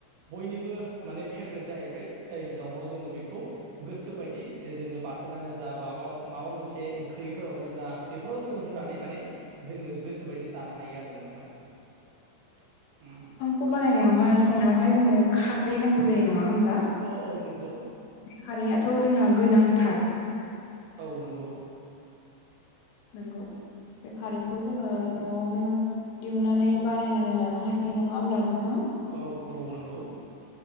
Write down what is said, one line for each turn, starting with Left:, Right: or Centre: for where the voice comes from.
Right: बयनिबो माने फेभ्रेट जाहैबाय। जायनि जाउनाव जोङो बेखौ गोसो बायदि जोङो ओ-बाथोनानो जा माबा माबा मोनसे ओंख्रिफोरावनो जा बेफोराव जोङो होनानै माने। जोङो गोसोबायदि जानो हायो आरो नोंथां ओम।
Left: बेखौ बानायनायावहाय संनायावहाय जोंनो खारै नांगौ जायो नङा होमब्ला?
Right: औ औ नंगौ।
Left: खारैआथ' जोंना गोनांथार
Right: औ नंगौ
Left: नोंगौ बे खारैखौ जोङो न'आवनो। दिहुनन्नानै बानायनानै लानो हानाय नङा होमब्ला नोंथां।
Right: औ औ नंगौ।